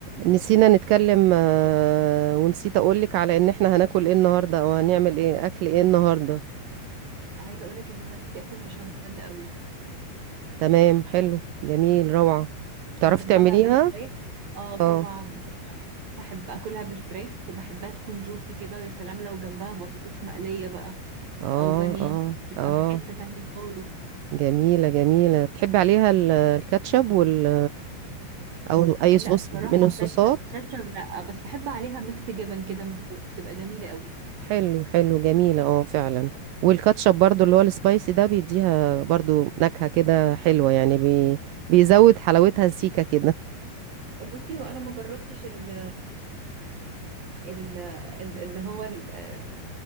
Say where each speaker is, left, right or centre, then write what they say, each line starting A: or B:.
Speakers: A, on the right (about 80°); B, on the right (about 55°).
A: نسينا نتكلم آه، ونسيت اقولك على ان احنا هناكل ايه النهارده او هنعمل ايه اكل ايه النهارده
B: عايزه اقول لك ان انا نفسي اكل بشاميل قوي
A: تمام حلو جميل روعة تعرفي
B: بحبها
A: تعمليها
B: بالفراخ اه طبعا
A: اه
B: طبعاً. بحب اكلها بالفراخ وبحبها تكون جوسي كده ويا سلام لو جنبها بطاطس مقلية بقى
A: اه
B: او بانيه
A: اه
B: تبقى
A: اه
B: في حتة تانية خالص
A: جميلة جميلة بتحبي عليها ال- الكاتشب وال او اي
B: لا
A: صوص
B: صراحة
A: من الصوصات
B: كاتشب كاتشب لا بس بحب عليها ميكس جبن كده من فوق بتبقى جميلة قوي
A: حلو حلو جميلة اه فعلا والكاتشب برضو اللي هو السبايسي ده بيديها برضو نكهة كده حلوة يعني بي... بيزود حلاوتها سيكة كده
B: بصي هو انا ما جربتش ال ال ال- اللي هو ال- آه،